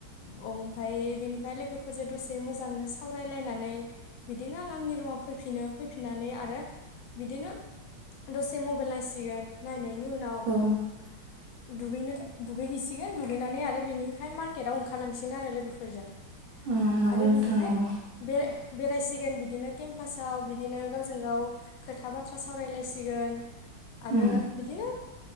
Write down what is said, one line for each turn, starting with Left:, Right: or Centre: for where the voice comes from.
Left: औ ओमफ्राय बेनि! ओमफ्राय लोगोफोरजों दसे मोजांनो सावरायलायनानै बिदिनो - आंनि रुमाव फैफिनो! फैफिननानै आरो बिदिनो - दसे मबाइल नायसिगोन! नायनायनि उनाव
Right: औ
Left: - दगैनो दुगैहैसिगोन दुगैनानै आरो बिनिखाय मार्केटआव ओंखारलांसिगोन आरो लोगोफोरजों!
Right: अ नंगौ
Left: आरो
Right: नोंथांङाबो!
Left: बिनिफ्राय बेरायसिगोन बिदिनो केम्पासाव बिदिनो गावजों गाव खोथा - बाथ्रा सावरायलायसिगोन! आरो
Right: उम
Left: बिदिनो!